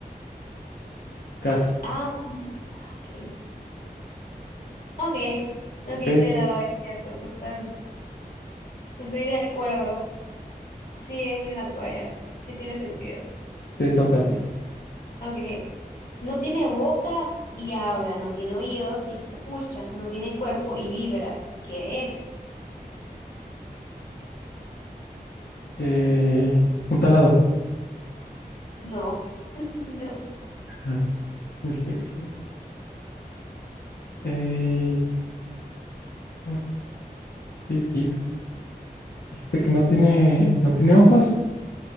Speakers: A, on the left (about 85°); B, on the left (about 65°).
A: casi.
B: Ah, más me... se- ah, Ok. Ok, ok,
A: Ok,
B: te la doy, es cierto, total. Estoy de acuerdo. Sí, es la toalla. Sí tiene sentido.
A: te toca a ti.
B: Ok. No tiene boca y habla, no tiene oídos y escucha, no tiene cuerpo y vibra. ¿Qué es?
A: Eh, un taladro.
B: No. <laughs> No.
A: Ah, Dije vibra. Eh, uf, sí, vibra. Dijiste que no tiene, no tiene ojos.